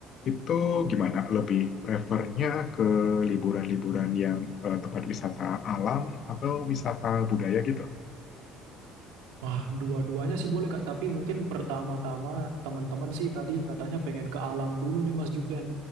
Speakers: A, on the left; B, on the right.
A: itu gimana? Lebih prefernya ke liburan-liburan yang eh, tempat wisata alam atau wisata budaya gitu?
B: Wah, dua-duanya sih boleh Kak, tapi mungkin pertama-tama teman-teman sih tadi katanya pengen ke alam dulu nih Mas Juven.